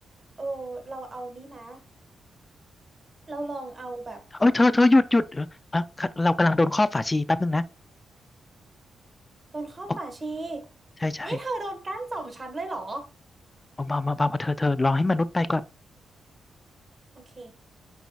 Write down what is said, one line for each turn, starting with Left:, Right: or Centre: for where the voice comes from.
Right: เออเราเอานี่มะเราลองเอาแบบ
Left: เอ้ยเธอเธอหยุดหยุดเออเอ้าเรากำลังโดนครอบฝาชีแป๊บนึงนะ
Right: โดนข้อบฝาชี
Left: โอ้ใช่ใช่
Right: นี่เธอโดนกั้นสองชั้นเลยเหรอ
Left: เอามามามามาเธอเธอรอให้มนุษย์ไปก่อน
Right: โอเค